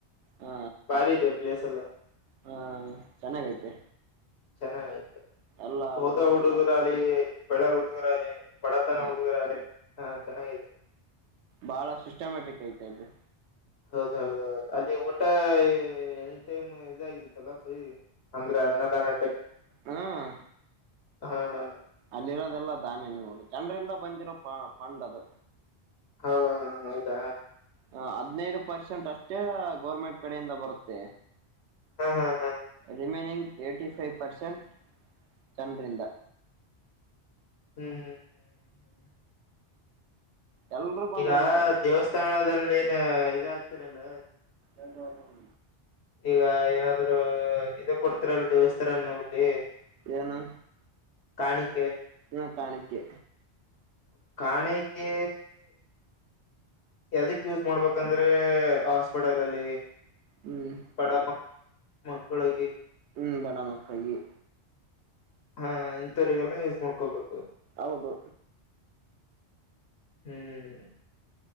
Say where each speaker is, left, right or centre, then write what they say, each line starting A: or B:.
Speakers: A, on the right; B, on the left.
A: ಹಾ
B: ಬಾರಿ ಇದೆ ಪ್ಲೇಸ್ ಎಲ್ಲ
A: ಹಾ ಚೆನ್ನಾಗೈತೆ
B: ಚೆನ್ನಾಗಐತೆ
A: ಎಲ್ಲ
B: ಹೋದ
A: ಹುಡುಗರೆಲ್ಲ
B: ಹುಡುಗರಾಲಿ ಬೆಳೆ ಹುಡುಗರಾಲಿ ಪಡ ತಾನೆ
A: ಹ್ಮ
B: ಕೊಡುಕರಾರೆೆ ಹಾ ಚೆನ್ನಾಗಿದೆ
A: ಬಾಳ
B: ಹ್ಮ
A: ಸಿಸ್ಟಮ್ಯಾಟಿಕ್ ಐತೆ ಅದು
B: ಹೌದೌದೌದು ಅಲ್ಲಿ ಊಟ ಎನಿ ಟೈಮ್ ಇದಾಗಿರುತ್ತಲ್ಲ ಫ್ರೀ ಅಂದ್ರೆ ಅನ್ನದಾನಟ
A: ಹ್ಮ್
B: ಹಾ ಹಾ
A: ಅಲ್ಲಿರೋದೆಲ್ಲ ದಧನ್ಿಯ ನೋಡಿ ಜನರಿಂದ ಬಂದಿರೋ ಪ ಪಂಡ್ ಅದು
B: ಹೌ ಹೌದಾ
A: ಹ ಹದ್ನೈದು ಪರ್ಸೆಂಟ್ ಅಷ್ಟೇ ಗೌರ್ಮೆಂಟ್ ಕಡೆಯಿಂದ ಬರುತ್ತೆ
B: ಹಾ, ಹಾ, ಹಾ
A: ರಿಮೇನಿಂಗ್ ಏಟಿ ಫೈವ್ ಪರ್ಸೆಂಟ್ ಜನರಿಂದ
B: ಹ್ಮ್, ಹ್ಮ್, ಹ್ಮ್
A: ಎಲ್ರೂ ಬಂದ್
B: ಈಗ
A: ಹೋಗಿದ್ದಾರೆ
B: ದೇವಸ್ಥಾನದಲ್ಲಿ ಏನ್ ಇದಾಗಗ್ತಾರಲ್ಲ,
A: ಎ <inaudible>
B: ಈಗ ಏನಾದ್ರು ಇದ ಕೊಡ್ತರಲ್ಲ ದೇವಸ್ಥಾನ ನಲ್ಲಿ <unintelligible>
A: ಏನು?
B: ಕಾಣ <inaudible>
A: ಹಾ, ಕಾಣಿಕೆ
B: ಕಾಣಿಕೆ ಯದಕ್ ಯೂಸ್ ಮಾಡ್ಬೇಕಂದ್ರೆ ಹಾಸ್ಪಿಟಲ್ನಲ್ಲಿ,
A: ಹ್ಮ್
B: ಬಡ ಮಕ್ಕಳು
A: ಹ್ಮ್, ಬಡ ಮಕ್ಕಳಿಗೆ,
B: ಹಾ ಇಂಥವರಿಗೆಲ್ಲ ಯೂಸ್ ಮಾಡ್ಕೋಬೇಕು.
A: ಹೌದು,
B: ಹ್ಮ್,